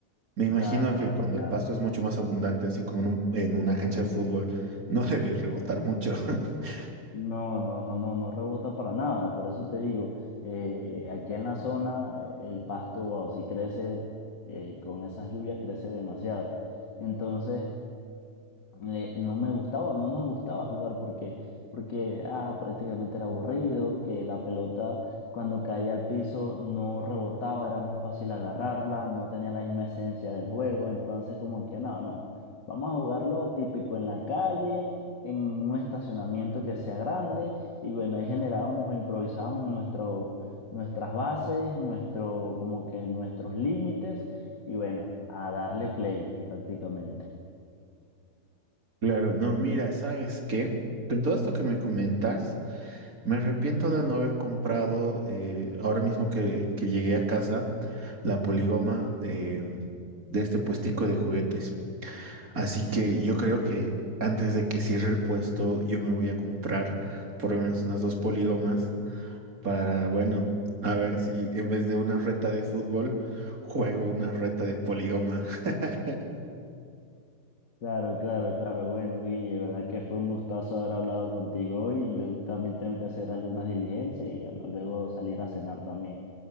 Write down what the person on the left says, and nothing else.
Ah, claro,
claro.
No, no, no, no, no rebota para nada. Por eso te digo, eh, aquí en la zona eh, el pasto, wow, si crece eh, con esas lluvias crece demasiado. Entonces, le- no me gustaba, no nos gustaba jugar porque, porque ah, prácticamente era aburrido, que la pelota cuando caía al piso no rebotaba, era más fácil agarrarla, no tenía la misma esencia del juego, entonces como que no, no, vamos a jugarlo típico en la calle, en un estacionamiento que sea grande y bueno, ahí generábamos e improvisábamos nuestro, nuestras bases, nuestro, como que nuestros límites y bueno, a darle play prácticamente.
Claro, claro, claro. Bueno, Guille, verdad que fue un gustazo haber hablado contigo hoy. Yo también tengo que hacer algunas diligencias y bueno, luego salir a cenar también.